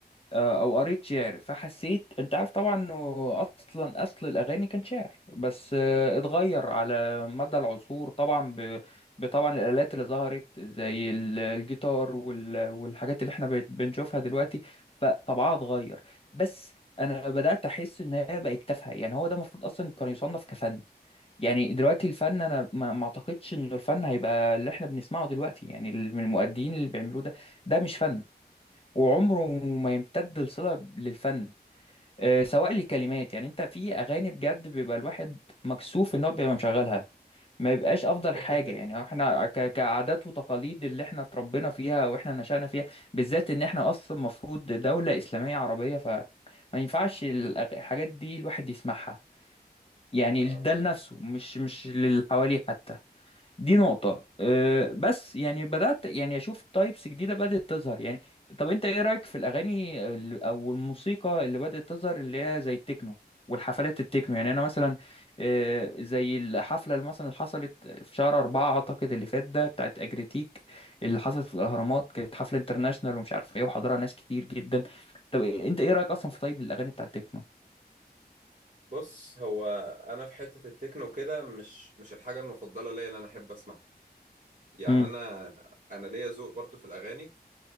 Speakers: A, on the left; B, on the right.
A: آه، أو قريت شعر فحسيت أنت عارف طبعا إنه أصلا أصل الأغاني كان شعر بس آه، اتغير على مدى العصور طبعا ب... بطبعا الآلات اللي ظهرت زي ال- الجيتار وال... والحاجات اللي إحنا بقت بنشوفها دلوقتي فطبعها اتغير بس أنا بدأت أحس إن هي بقت تافهة يعني هو ده المفروض أصلا كان يصنف كفن يعني دلوقتي الفن انا ما ما اعتقدش انه الفن هيبقى اللي احنا بنسمعه دلوقتي يعني ال- من المؤدين اللي بيعملوه ده ده مش فن وعمره ما يمتد الصلة للفن آه، سواء لكلمات يعني انت في اغاني بجد بيبقى الواحد مكسوف ان هو بيبقى مشغلها ما يبقاش افضل
B: دي
A: حاجة يعني احنا ك- كعادات وتقاليد اللي احنا اتربينا فيها واحنا نشأنا فيها بالذات ان احنا اصلا مفروض دولة اسلامية عربية فما ينفعش الأغ- الحاجات دي الواحد يسمعها يعني
B: <laughs>
A: ده لنفسه مش مش للي حواليه حتى دي نقطة أه بس يعني بدأت يعني أشوف تايبس جديدة بدأت تظهر يعني طب أنت إيه رأيك في الأغاني ال- أو الموسيقى اللي بدأت تظهر اللي هي زي التكنو والحفلات التكنو يعني أنا مثلا أه زي الحفلة اللي مثلا حصلت في شهر أربعة أعتقد اللي فات ده بتاعت أجريتيك اللي حصلت في الأهرامات كانت حفلة انترناشونال ومش عارف إيه وحضرها ناس كتير جدا طب أنت إيه رأيك أصلا في طيب الأغاني بتاعت التكنو؟
B: بص هو انا في حته التكنو كده مش مش الحاجه المفضله ليا اللي انا احب اسمعها يعني
A: امم
B: انا انا ليا ذوق برضو في الاغاني